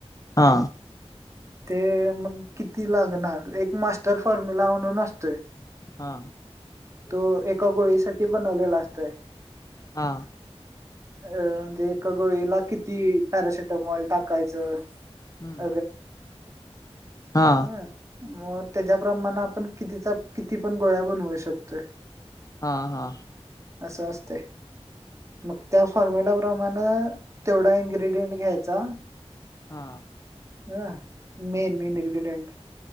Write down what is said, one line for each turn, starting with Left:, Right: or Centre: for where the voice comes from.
Left: हा
Right: ते मग किती लागणार एक मास्टर फॉर्म्युला म्हणून असतोय
Left: हा
Right: तो एका गोळीसाठी बनवलेला असतोय
Left: हा
Right: अ म्हणजे एका गोळीला किती पॅरासेटमॉल टाकायचं <inaudible> <inaudible>
Left: हम्म हा
Right: हं मग त्याच्याप्रमाण आपण कितीचा किती पण गोळ्या बनवू शकतोय
Left: हा हा
Right: असं असतय मग त्या फॉर्म्युला प्रमाण तेवढा इन्ग्रेडियंट घ्यायचा
Left: हा
Right: ह मेन मेन इंग्रीडीयंट